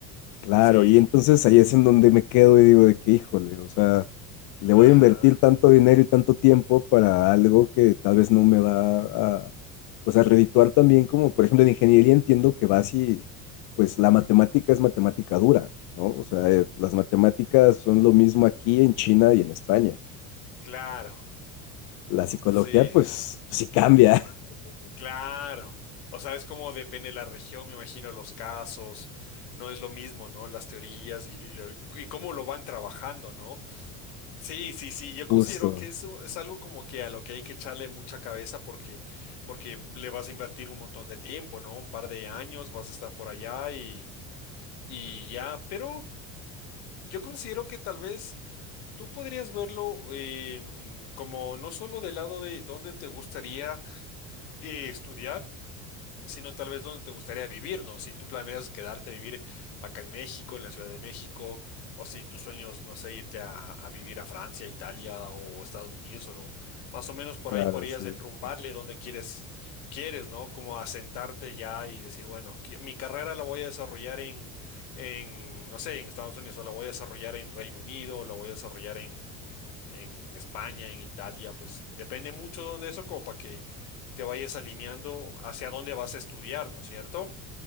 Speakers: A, on the left; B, on the left.
A: Claro,
B: Sí,
A: y entonces ahí es en donde me quedo y digo de que, híjole, o sea, le
B: ajá,
A: voy a invertir tanto dinero y tanto tiempo para algo que tal vez no me va a, pues a redituar también como, por ejemplo, en ingeniería entiendo que vas y, pues la matemática es matemática dura, ¿no? O sea, eh, las matemáticas son lo mismo aquí en China y en España.
B: claro,
A: La psicología,
B: sí.
A: pues, sí cambia.
B: Claro, o sea, es como depende de la región, me imagino, los casos, no es lo mismo, ¿no? Las teorías y, lo- y cómo lo van trabajando, ¿no? Sí, sí, sí, yo considero
A: <laughs> Justo,
B: que eso es algo como que a lo que hay que echarle mucha cabeza porque, porque le vas a invertir un montón de tiempo, ¿no? Un par de años vas a estar por allá y, y ya, pero yo considero que tal vez tú podrías verlo em, como no solo del lado de dónde te gustaría eh, estudiar, sino tal vez dónde te gustaría vivir, ¿no? Si tú planeas quedarte a vivir acá en México, en la Ciudad de México, o si tus sueños, no sé, irte a, a vivir a Francia, Italia o Estados Unidos, o lo- más o menos por
A: claro,
B: ahí podrías
A: sí.
B: enrumbarle
A: sí.
B: donde quieres, quieres, ¿no? Como asentarte ya y decir, bueno, qui- mi carrera la voy a desarrollar en, en, no sé, en Estados Unidos, o la voy a desarrollar en Reino Unido, o la voy a desarrollar en en España, en Italia, pues depende mucho de dónde eso, como para que te vayas alineando hacia dónde vas a estudiar, ¿no es cierto?